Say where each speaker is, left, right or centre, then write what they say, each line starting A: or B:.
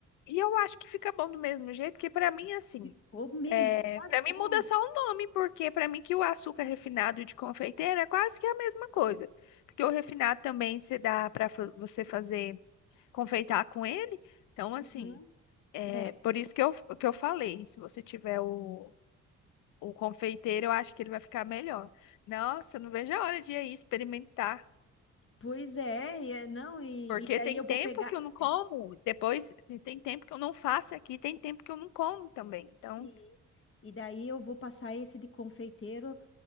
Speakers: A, on the left; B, on the left.
A: E eu acho que fica bom do mesmo jeito, que para mim, assim.
B: Ficou melhor.
A: É... Para mim
B: pô.
A: muda só o nome, porque para mim que o açúcar refinado e o de confeiteiro é quase que a mesma coisa. Porque o refinado também se dá para você fazer. confeitar com ele. Então, assim,
B: Uhum.
A: é
B: É.
A: por isso que eu, que eu falei, se você tiver o, o confeiteiro, eu acho que ele vai ficar melhor. Nossa, eu não vejo a hora de ir aí experimentar.
B: Pois é, e é- não, e,
A: Porque
B: e daí
A: tem
B: eu
A: tempo
B: vou pegar.
A: que eu não como,
B: é,
A: depois e tem tempo que eu não faço aqui, tem tempo que eu não como também. Então,
B: e e daí eu vou passar esse de confeiteiro